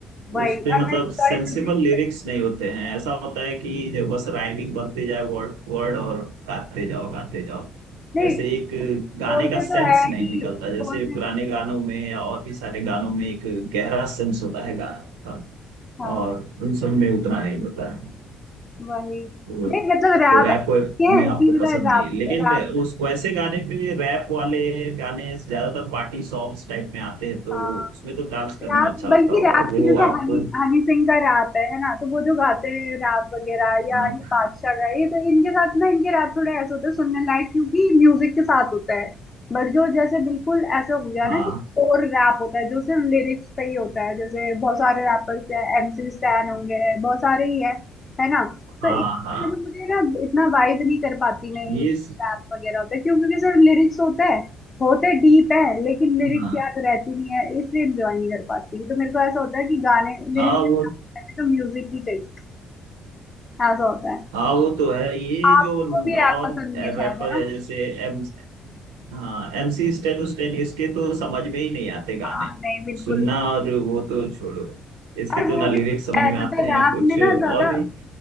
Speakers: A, on the left (about 35°); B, on the right (about 80°).
A: वही
B: उस
A: और
B: पे मतलब
A: मैं सॉरी
B: सेंसिबल
A: म्यूजिक
B: लिरिक्स नहीं होते हैं ऐसा होता है कि जो बस राइमिंग बनते जाए वर्ड वर्ड और गाते जाओ गाते जाओ
A: नहीं
B: ऐसे एक गाने
A: बोलते
B: का सेंस
A: तो है
B: नहीं
A: कि
B: निकलता जैसे
A: बोलते
B: पुराने गानों में या और भी सारे गानों में एक गहरा सेंस होता है गानों का
A: हाँ
B: और उन सब में उतना नहीं होता है
A: वही
B: वो-
A: नहीं मतलब रैप
B: तो रैप
A: है
B: में आपको
A: कि मतलब
B: पसंद
A: रैप
B: नहीं लेकिन
A: रैप
B: उस वैसे गाने पे रैप वाले गाने ज्यादातर पार्टी सॉन्ग्स टाइप में आते हैं तो
A: अ,
B: वो- उसमें तो डांस करने
A: रैप
B: में अच्छा
A: बल्कि
B: लगता होगा
A: रैप
B: वो
A: की
B: एकदम
A: जैसे
B: आपको
A: हनी हनी सिंह का रैप है है ना तो वो जो गाते हैं रैप वगैरह या
B: हाँ
A: ये बादशाह का ये तो इनके साथ ना इनके रैप थोड़े ऐसे होते हैं सुनने लायक क्योंकि म्यूजिक के साथ होता है बट जो जैसे बिल्कुल ऐसे हो गया
B: हाँ
A: ना कि और रैप होता है जो सिर्फ लिरिक्स पे ही होता है जैसे बहुत सारे रैपर्स हैं एमसी स्टैन होंगे बहुत सारे ही हैं है ना तो
B: हाँ
A: इन-
B: हाँ,
A: मतलब मुझे ना इतना वाइब नहीं कर पाती मैं
B: ये
A: इन रैप
B: स-
A: वगैरह होते हैं क्योंकि सिर्फ लिरिक्स होते हैं होते डीप है लेकिन लिरिक्स
B: हाँ
A: याद रहती नहीं है इसलिए एंजॉय नहीं कर पाती तो मेरे को ऐसा होता है कि गाने
B: हाँ
A: लिरिक्स
B: वो
A: तो म्यूजिक ही चाहिए ऐसा होता है
B: हाँ वो तो है ये
A: आपको
B: जो
A: भी रैप
B: और
A: पसंद नहीं
B: रैपर
A: है शायद है ना
B: है जैसे एम हाँ एम सी स्टैन उस्टैन इसके तो समझ में ही नहीं आते गाने
A: हाँ नहीं बिल्कुल
B: सुनना
A: भी
B: और वो तो छोड़ो इसके
A: और
B: तो
A: वो
B: ना लिरिक्स
A: भी
B: समझ
A: है,
B: में
A: मतलब
B: आते हैं
A: रैप
B: ना कुछ
A: में ना
B: और
A: ज्यादा
B: भी